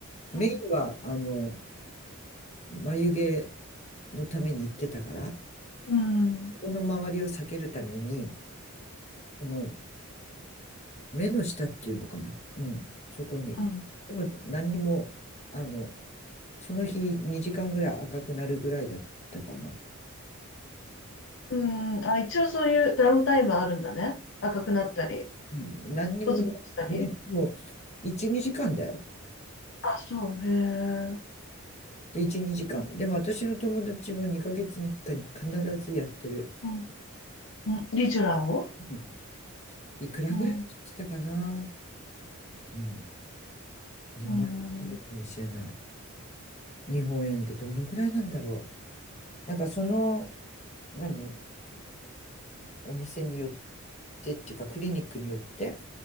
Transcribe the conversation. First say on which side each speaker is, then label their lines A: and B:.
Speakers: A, on the left; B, on the left.
A: メインは、
B: うん、
A: あの、眉毛のために行ってたから、
B: うん、
A: ここの周りを避けるために、この目の下っていうのかな。うん、そこに。
B: うん、
A: でも何にも、あの、その日2時間ぐらい赤くなるぐらいだったかな。
B: うん。あ、一応そういうダウンタイムはあるんだね。赤くなったり。
A: うん、何にも、
B: ボツボツしたり
A: ね、もう1、2時間だよ。
B: あ、そう、へえ。
A: で、1、2時間。でも私の友達は2ヶ月に1回必ずやってる。
B: うんうん、リジュラを
A: うんいくらぐらいって言ってたかな
B: うん、
A: うん。2万円ぐらいかもしれない。
B: うん、
A: 日本円でどのぐらいなんだろう。なんかその、何お店によってっていうかクリニックによって